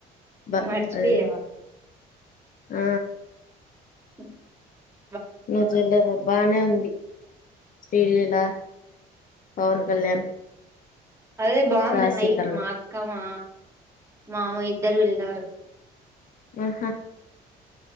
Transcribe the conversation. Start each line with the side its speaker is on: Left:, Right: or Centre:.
Left: బ <unintelligible>
Right: మర్చిపోయావా
Left: లేదు ఆ.
Right: హ్మ్.
Left: నువ్వు జూడలేదా? బాగానే ఉంది. ది శ్రీలీల, పవన్ కళ్యాణ్.
Right: అదే బాగుంది.
Left: రాశిఖన్నా
Right: నైట్ మా అక్క, మా. మామో ఇద్దరూ వెళ్లినారు.
Left: ఆహా.